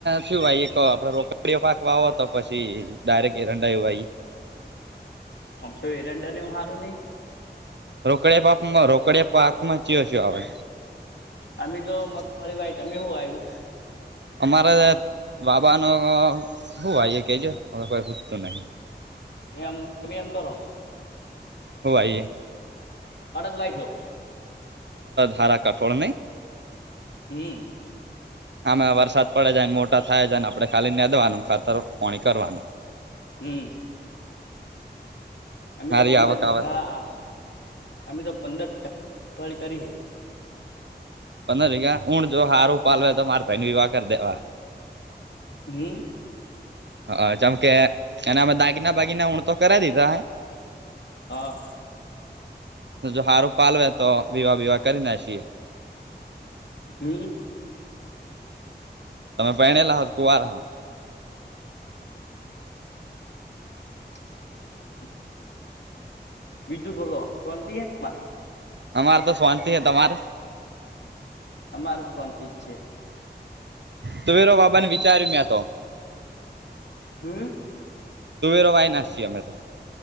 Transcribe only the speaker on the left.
આમ તો એરંડા ને હું હારું નહી.
અમ તો મગફળી વાયી તમે હું વાયુ.
એમ તમે એમ કરો.
અડદ લઈદો.
હમ.
હમ અમે
તો પંદર
વીઘા
અમે તો પંદર કરી હે.
હમ
હા
<inaudible> હમ
<inaudible> બીજું બોલો શાંતિ હે. તમાર
અમારો શાંત જ છે.
હમ